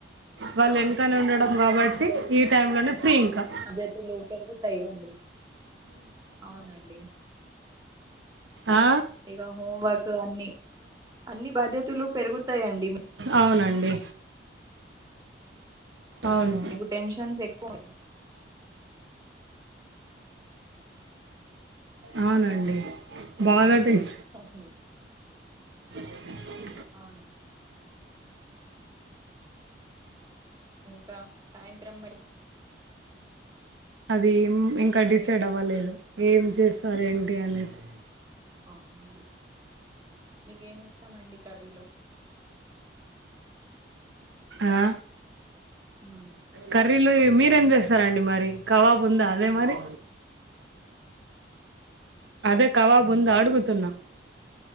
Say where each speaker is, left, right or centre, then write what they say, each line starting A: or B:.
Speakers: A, on the right (about 85°); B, on the right (about 20°).
A: వాళ్ళ వెనకనే ఉండడం కాబట్టి ఈ టైంలోనే ఫ్రీ ఇంకా
B: అదేతే <unintelligible> లోప పెరుగుతయి కండి అవునండి
A: ఆ
B: ఇక హోంవర్క్ అన్ని అన్ని బాధ్యతలు పెరుగుతాయండి
A: అవునండి అవును
B: మీకు టెన్షన్స్ ఎక్కువ అవు
A: అవునండి బాగా టెన్ష
B: ఆఓహో <inaudible>
A: <inaudible>
B: అవున్ ఇంకా సాయంత్రం మరి
A: అది ఇంకా
B: పని
A: డిసైడ్
B: అయిందండి
A: అవ్వలేదు ఏం చేస్తారు ఏంటి అనేసి
B: అవునండి మీకేమి ఇష్టమండి కర్రీలో
A: ఆ
B: మ్మ్.
A: కర్రీలో మీరేం చేస్తారండి మరి కబాబు ఉందా అదే మరి అదే కబాబు ఉంద అడుగుతున్నా